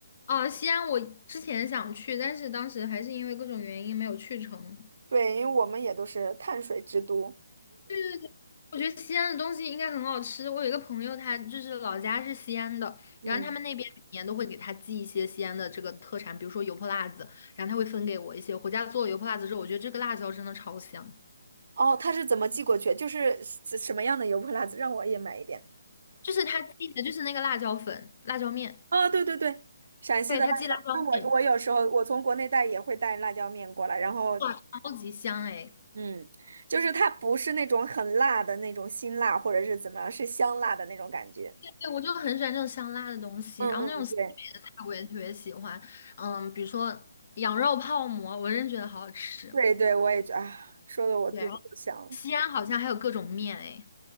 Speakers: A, on the left; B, on the right.
A: 哦，西安我之前想去，但是当时还是因为各种原因没有去成。
B: 对，因为我们也都是碳水之都。
A: 对。我觉得西安的东西应该很好吃。我有一个朋友，他就是老家是西安的，
B: 嗯，
A: 然后他们那边每年都会给他寄一些西安的这个特产，比如说油泼辣子，然后他会分给我一些。回家做了油泼辣子之后，我觉得这个辣椒真的超香，
B: 哦，他是怎么寄过去？就是什什么样的油泼辣子，让我也买一点。
A: 就是他寄的就是那个辣椒粉、辣椒面，
B: 哦，对对对，陕西的辣椒，
A: 对，他寄辣椒面，
B: 那我我有时候我从国内带也会带辣椒面过来，然后
A: 哇，超级香哎！
B: 嗯，就是它不是那种很辣的那种辛辣，或者是怎么样，是香辣的那种感觉。
A: 对，我就很喜欢这种香辣的东西，
B: 嗯嗯，
A: 然后那种西北的菜我也特别喜欢，
B: 对
A: 嗯，比如说羊肉泡馍，我真觉得好好吃。
B: 对对，我也觉啊，说的我肚子都香了。
A: 对，然后西安好像还有各种面哎。